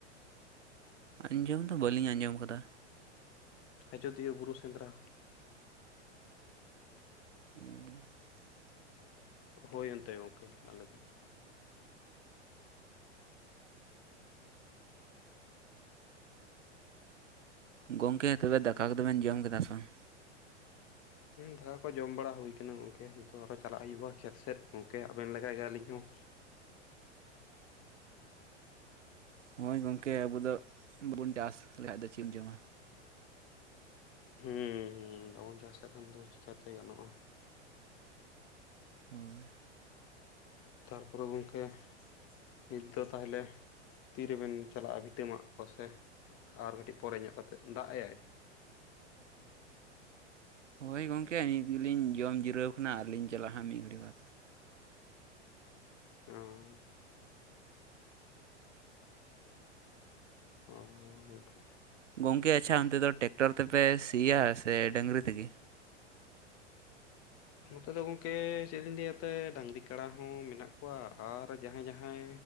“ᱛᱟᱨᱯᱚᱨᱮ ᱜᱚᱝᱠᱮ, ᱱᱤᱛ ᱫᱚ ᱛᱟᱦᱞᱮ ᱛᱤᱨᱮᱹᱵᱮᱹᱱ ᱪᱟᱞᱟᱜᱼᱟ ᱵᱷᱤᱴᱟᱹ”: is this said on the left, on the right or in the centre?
Left